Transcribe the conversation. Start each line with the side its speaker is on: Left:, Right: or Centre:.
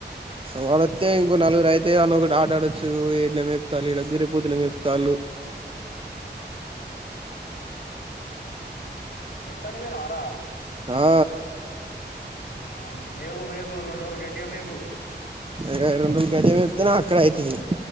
Right: వాడస్తతే ఇంకో నలుగురు అయితే అన్నొకటి ఆట ఆడొచ్చు ఏడినపుతా <unintelligible> ఇడగ గురే పుద్దునేపుతాలు <inaudible>
Left: మేపుతానికి పోయినావర
Right: ఆ
Left: ఆ మేపు మేపు రెండు రోజులు గట్టిగా మేపు
Right: ఇగ రెండు రోజులు గట్టిగా మేపితెనే అక్కడ అయితది